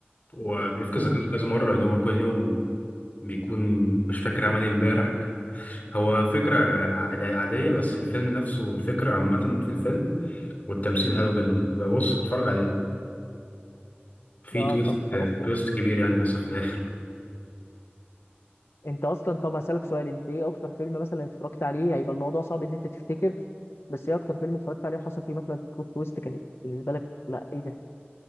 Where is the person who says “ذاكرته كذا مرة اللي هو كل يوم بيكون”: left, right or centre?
Left